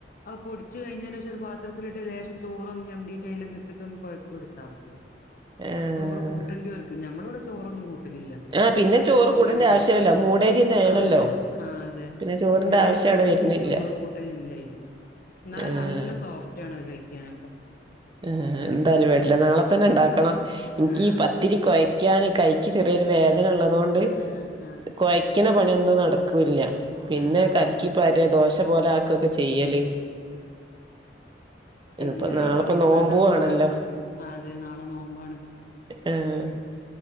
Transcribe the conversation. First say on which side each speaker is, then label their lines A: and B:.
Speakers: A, on the left; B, on the right.
A: അത് പൊടിച്ച് കഴിഞ്ഞന്റെഷം ഒരു പാത്രത്തിലിട്ട് ഒരു ലേശം ചോറൊന്നുഞമ്ണ്ടീട്ടയിലങ്ങിട്ടിട്ട് ഒന്ന് കൊഴച്ചു കൊടുത്താ മതി.
B: ആഹ്
A: ചോറ് കൂട്ടണ്ടിയവർക്ക്‌ ഞമ്മളിവിടെ ചോറൊന്നും കൂട്ട ട്ടലില്ല
B: ആഹ് പിന്നെ ചോറ്
A: ഇങ്ങനെ
B: കൂടേണ്ട
A: ചെയ്യുമ്പോ,
B: ആവശ്യല്ലല്ലോ മൂടേരിയന്നെ
A: ആ
B: ആണല്ലോ
A: അതേ ആ അതേ,
B: പിന്നെ ചോറിന്റെ
A: ഞമ്മള്
B: ആവശ്യം
A: ന്നും
B: അവിടെ വരുന്നില്ല
A: ചോറ് കൂട്ടലില്ലയില് എന്നാലും
B: ആഹ്
A: നല്ല സോഫ്റ്റ് ആണത് കഴിക്കാനൊക്കെ.
B: ആ എന്തായാലും വേണ്ടില്ല
A: ഉം
B: നാളെ തന്നെണ്ടാക്കണം എനിക്ക്
A: ആഹ്
B: ഈ പത്തിരി കൊഴയ്ക്കാന് കൈ ക്ക് ചെറിയൊരു വേദന ഒള്ളതുകൊണ്ട്
A: ആഹ് ആഹ്
B: കൊയക്കണ പണിയൊന്നും നടക്കൂല്ല. പിന്നെ
A: ആഹ്
B: കൽക്കിപ്പരെ ദോശ പോലെ ആക്ക്വക്കെ ചെയ്യല്.
A: എങ്ങനെ
B: ഇപ്പ നാളെപ്പോ
A: ഇത് ഇത്
B: നോമ്പു
A: നല്ല സുഖാ
B: ആണല്ലോ
A: ഇണ്ടാക്കാൻ, ആ അതെ നാളെ നോമ്പാണ്.
B: ആഹ്